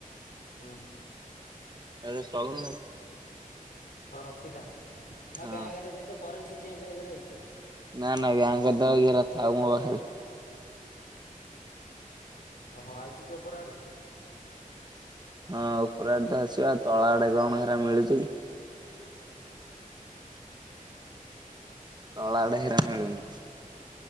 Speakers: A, on the left; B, on the right.
A: ହଁ
B: ଆଦେରେ ଚଳୁନୁ।
A: ହଉ ରଖିଥା ବ୍ୟାଙ୍କ
B: ହଁ।
A: ରେ କରେନ୍ସି ଚେଞ୍ଜ ହେଇଗଲେ ହେଇଯିବ।
B: ନା ନା ବ୍ୟାଙ୍କର ଦେ ଘର ଥାଉ ମୋ ପାଖରେ।
A: ଓହଁ ଆଇଛି କି ଉପର ଆଡୁ?
B: ହଁ ଉପର ଆଡେ ତ ଆସିବା ତଳା ଆଡେ କଣ ହେରା ମିଳୁଛି କି। ତୋଳାବଡ଼
A: ଓହୋ
B: ହିରା ମିଳୁନି।